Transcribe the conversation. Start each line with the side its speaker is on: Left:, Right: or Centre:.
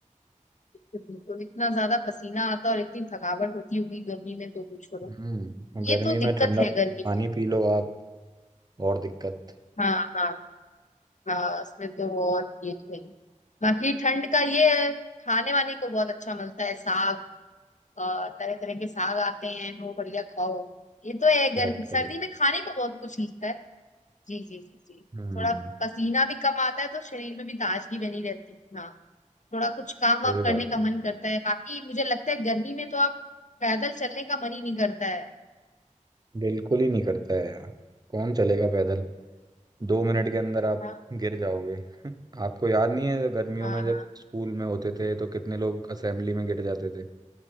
Left: बिल्कुल इतना ज्यादा पसीना आता और इतनी थकावट होती होगी गर्मी में तो कुछ करो
Right: हम्म गर्मी
Left: ये तो दिक्कत
Right: में ठंडा
Left: है गर्मी की
Right: पानी पी लो आप और दिक्कत
Left: हाँ हाँ हाँ इसमें तो और ये तो नहीं बाकी ठंड का ये है, खाने वाने को बहुत अच्छा मिलता है साग तरह तरह के साग आते हैं वो बढ़िया खाओ ये तो है
Right: करेक्ट
Left: गर्मी सर्दी
Right: करे
Left: में खाने को बहुत कुछ मिलता है जी जी जी जी
Right: हम्म
Left: थोड़ा पसीना भी कम आता है तो शरीर में भी ताजगी बनी रहती है हाँ थोड़ा कुछ काम
Right: सही
Left: वाम करने
Right: बात
Left: का
Right: है
Left: मन करता है बाकी मुझे लगता है गर्मी में तो आप पैदल चलने का मन ही नहीं करता है
Right: बिल्कुल ही नहीं करता है यार कौन चलेगा पैदल दो मिनट के अंदर आप
Left: हाँ
Right: गिर जाओगे <laughs> आपको याद नहीं है गर्मियों
Left: हाँ
Right: में जब
Left: हाँ
Right: स्कूल में होते थे तो कितने लोग असेंबली में गिर जाते थे